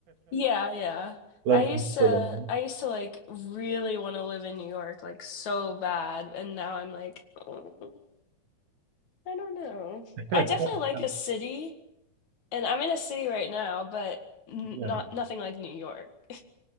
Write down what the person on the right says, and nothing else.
<laughs> London's
full on.
<laughs>
Yeah,